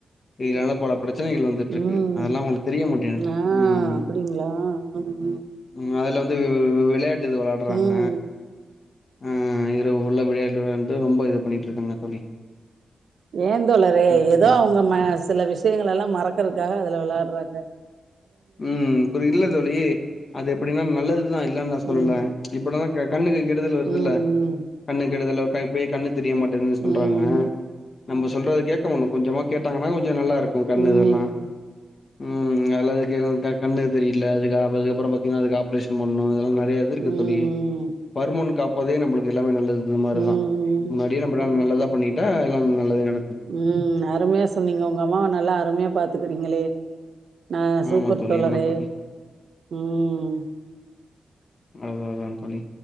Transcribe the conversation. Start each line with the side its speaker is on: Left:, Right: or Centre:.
Left: இதுனால பல பிரச் சனைகள் வந்துட்ருக்கு
Right: ம்
Left: அதெல்லா உங்களுகு தெரிய மாட்டேன்னுது
Right: ஆ
Left: ம்
Right: அப்படிங்களா ம்
Left: ம் அதுல வந்து விளையாட்டு இது வெளாடுறாங்க.
Right: ம்
Left: ஆ, இரவு ஃபுல்லா விளையாட்டு விளாண்டு ரொம்ப இது பண்ணிட்ருக்காங்க தோழி
Right: ஏ தோழரே
Left: ம்
Right: ஏதோ அவங்க ம சில விஷயங்கள எல்லா மறக்கறதுக்காக அதுல வெளாடுறாங்க
Left: ம் குரி இல்ல தோழி அது எப்படின்னா நல்லதுதா இல்லனு நா சொல்ல
Right: ம்
Left: ம்ச் இப்படினாக கண்ணுக்கு கெடுதல் வருதுல்ல
Right: ம்
Left: கண்ணுக்கு கெடுதல் <unintelligible> இப்பயே கண்ணு தெரிய மாட்டேன்து சொல்றாங்க.
Right: ம்
Left: நம்ப சொல்றத கேக்கன்னு கொஞ்சமா கேட்டாங்கன்னா கொஞ்சோ நல்லாருக்கு கண்ணு
Right: ம்
Left: இதெல்லா ம் அதுல அதுக்கு க, கண்ணு தெரியில்ல அதுக்கு <unintelligible> க்கப்புறோ பாத்தீங்கன்னா அதுக்கு ஆப்ரேஷன் பண்ணு ம் நெறையாதுருக்கு
Right: ம் ம்
Left: தோழி வருமுன் காப்பதே நம்பளுக்கு எல்லாமே நல்லது இந்த மார்தா
Right: ம்
Left: முன்னாடியே நம்பலா நல்லதா பண்ணிட்டா எல்லா நல்லதே ந
Right: உம் அருமையா சொன்னீங்க உங்க அம்மாவ நல்லா அருமையா பாத்துக்கறீங்களே நா சூப்பர்
Left: ஆமா தோழி
Right: தோழரே
Left: ஆமா தோழி
Right: ம்
Left: அதுதா அதா தோழி